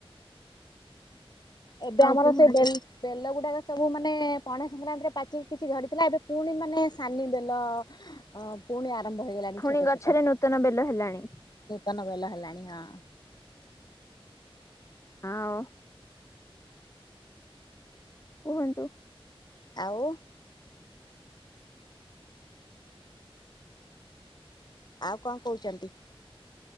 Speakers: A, on the left; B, on the left.
A: ଏବେ
B: ଆଉ
A: ଆମର
B: କୁହନ୍ତୁ
A: ସେଇ ବେଲ ବେଲ ଗୁଡାକ ସବୁ ମାନେ ପଣା ସଂକ୍ରାନ୍ତିରେ ପାଚିକି କିଛି ଧରିଥିଲା ଏବେ ପୁଣି ମାନେ ସାନି ବେଲ ହଁ ପୁଣି ଆରମ୍ଭ ହେଇଗଲାଣି
B: ପୁଣି
A: ଛୋଟ
B: ଗଛରେ
A: ଛୋଟ
B: ନୂତନ ବେଲ ହେଲାଣି
A: କୀତନ ବେଲ ହେଲାଣି ହଁ।
B: ଆଉ କୁହନ୍ତୁ
A: ଆଉ ଆଉ କଣ କହୁଛନ୍ତି?